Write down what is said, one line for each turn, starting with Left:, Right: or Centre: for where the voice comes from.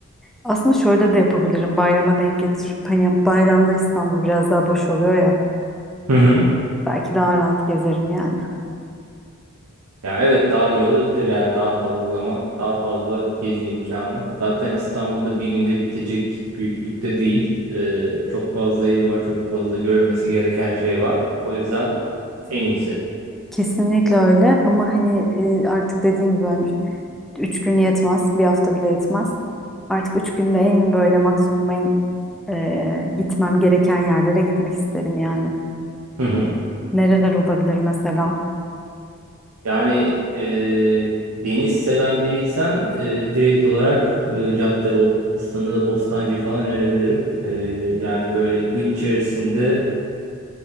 Centre: Aslında şöyle de yapabilirim. Bayrama denk getirip hani bayramda İstanbul biraz daha boş oluyor ya.
Right: Hı hı.
Centre: Belki daha rahat gezerim yani.
Right: Ya evet daha iyi olabilir yani daha fazla zaman, daha fazla gezi imkanı. Zaten İstanbul'da bir günde bitecek büyüklükte değil. Ee, çok fazla yer var, çok fazla görmesi gereken şey var. O yüzden en iyisi.
Centre: Kesinlikle öyle ama hani e, artık dediğin gibi ben Üç gün yetmez. Bir hafta bile yetmez. Artık üç günde en böyle maksimum en e, gitmem gereken yerlere gitmek isterim yani.
Right: Hı hı.
Centre: Nereler olabilir mesela?
Right: Yani e, deniz seven biriysen e, direkt olarak e, Caddebostan'ı, Bostancı'yı falan önerebilirim. E, yani böyle gün içerisinde